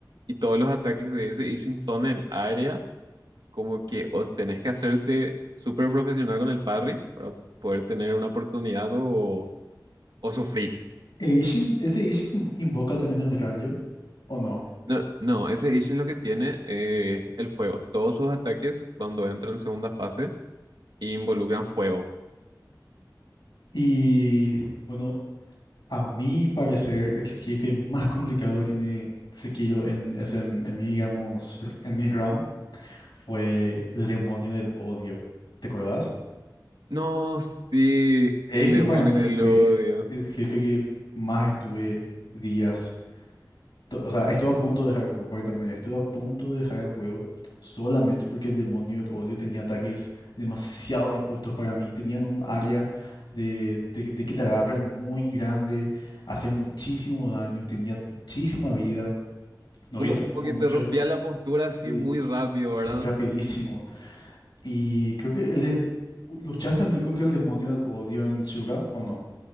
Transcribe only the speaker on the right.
y todos los ataques de ese Ishin son en área, como que o tenés que hacerte súper profesional con el parry para poder tener una oportunidad o, o sufrís.
No, no, ese Ishin lo que tiene eh, el fuego. Todos sus ataques cuando entran en segunda fase involucran fuego.
No, sí,
el demonio
del
odio.
Como
que
te rompía la postura así
muy rápido,
¿verdad?